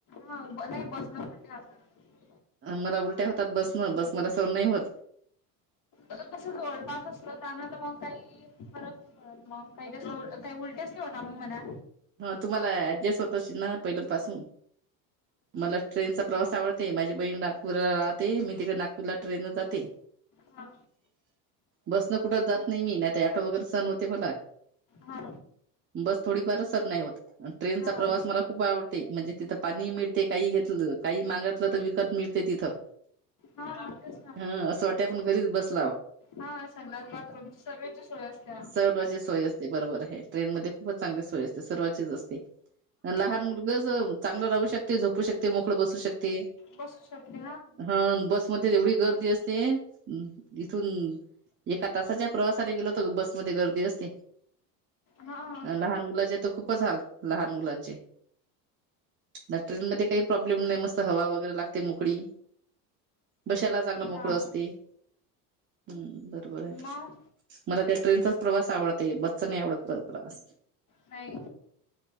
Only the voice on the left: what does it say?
हा नाही बस नं उलट्या होता
कस जवळपास असलं त्याना तर मग काही फरक परत मग काय जास्त काय उलट्याच नाहोता मग मणा
हा
हा
हा हा
हा तेच ना
हा संडास बाथरूम ची सगळ्यांची सोय असत्या.
बसू शकते
हा
हा
मग
नाही